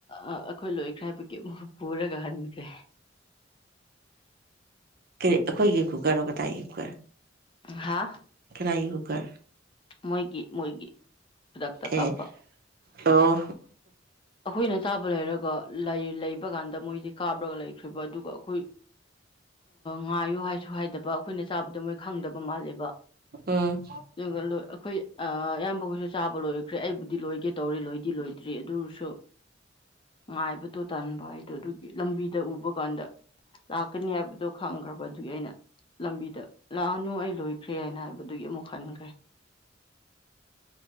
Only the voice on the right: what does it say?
ꯀꯔꯤ ꯑꯩꯈꯣꯏꯒꯤ ꯀꯨꯀꯔꯔꯣ ꯀꯗꯥꯥꯏꯒꯤ ꯀꯨꯀꯔ
ꯀꯅꯥꯒꯤ ꯀꯨꯛꯀꯔ
ꯑꯦ
ꯑꯣ
ꯎꯝ